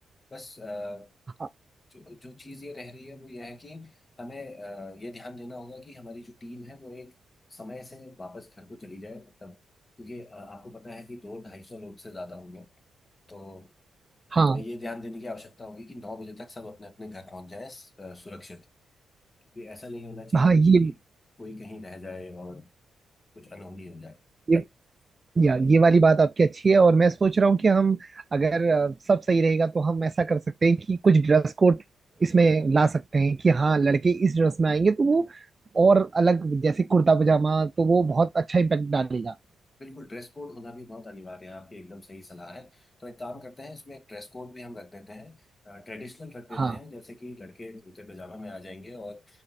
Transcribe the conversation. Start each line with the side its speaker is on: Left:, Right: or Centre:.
Left: बस अ,
Right: हाँ
Left: जो जो चीज़ ये रह रही है वो ये है कि हमें अ, ये ध्यान देना होगा कि हमारी जो टीम है वो एक समय से वापस घर को चली जाए मतलब क्योंकि अ, आपको पता है कि दो ढाई सौ लोग से ज्यादा होंगे तो
Right: हाँ
Left: हमें ये ध्यान देने की आवश्यकता होगी कि नौ बजे तक सब अपने अपने घर पहुंच जाएं अ, सुरक्षित क्योंकि ऐसा नहीं होना चाहिए
Right: हाँ, ये
Left: कि कोई कहीं रह जाए और कुछ अनहोनी हो जाए
Right: ये या ये वाली बात आपकी अच्छी है और मैं सोच रहा हूँ कि हम अगर अ, सब सही रहेगा तो हम ऐसा कर सकते हैं कि कुछ ड्रेस कोड इसमें ला सकते हैं कि हाँ लड़के इस ड्रेस में आएंगे तो वो और अलग जैसे कुर्ता पजामा तो वो बहुत अच्छा इम्पैक्ट डालेगा
Left: बिल्कुल ड्रेस कोड होना भी बहुत अनिवार्य है आपकी एकदम सही सलाह है तो एक काम करते हैं इसमें एक ड्रेस कोड भी हम रख देते हैं ट्रेडिशनल रख देते
Right: हाँ
Left: हैं जैसे कि लड़के कुर्ते पजामा में आ जाएंगे और